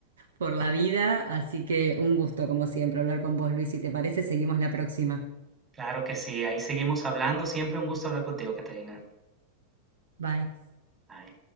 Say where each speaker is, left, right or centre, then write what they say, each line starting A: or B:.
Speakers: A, on the right; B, on the right.
A: por la vida, así que un gusto como siempre hablar con vos, Luis, si te parece, seguimos la próxima.
B: Claro que sí, ahí seguimos hablando. Siempre un gusto hablar contigo, Caterina.
A: Bye.
B: Ay.